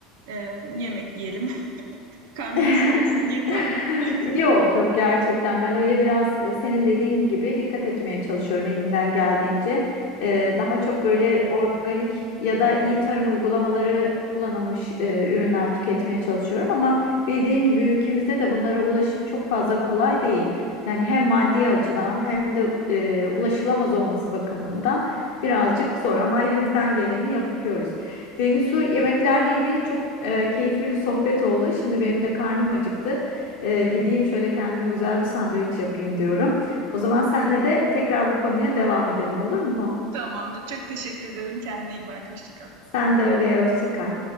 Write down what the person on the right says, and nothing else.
eee, yemek yiyelim, <laughs> karnımız
doysun yeter gibi mi? <laughs>
Tamamdır. Çok teşekkür ederim. Kendine iyi bak. Hoşça kal.